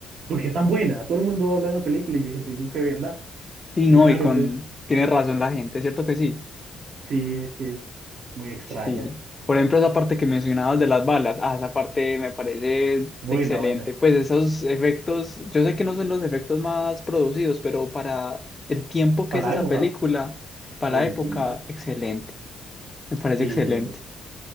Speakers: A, on the right (about 65°); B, on the left (about 20°).
A: porque es tan buena. Todo el mundo habla de esa película y yo dije, tengo que verla.
B: sí, no,
A: Y claro,
B: y con,
A: entonces
B: tiene razón la gente, ¿cierto que sí?
A: Sí, sí, es muy extraña.
B: Sí. Por ejemplo, esa parte que mencionabas de las balas, ah, esa parte me parece
A: Buena,
B: excelente.
A: buena.
B: Pues esos efectos, yo sé que no son los efectos más producidos, pero para el tiempo que
A: Para
B: es esa
A: la época.
B: película, para
A: Uy,
B: la época,
A: sí,
B: excelente. Me parece
A: sí.
B: excelente.